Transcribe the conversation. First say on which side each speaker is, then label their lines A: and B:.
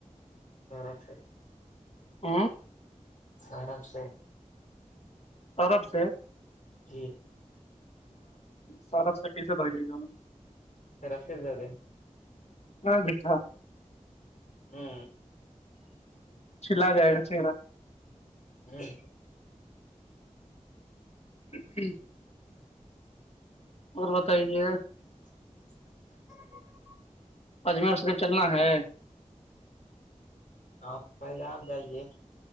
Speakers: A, on the left; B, on the left.
A: <unintelligible>
B: ہوں
A: سرف سے
B: سرف سے
A: جی
B: سرف سے کیسے دے گا
A: رفے دادے
B: ہاں جیھا
A: ہوں
B: چلا جائے گا چہرہ
A: ہوں
B: ہوں اور بتائیے
A: <inaudible>
B: اجمیر شریف چلنا ہے
A: آپ پہلے آپ جائیے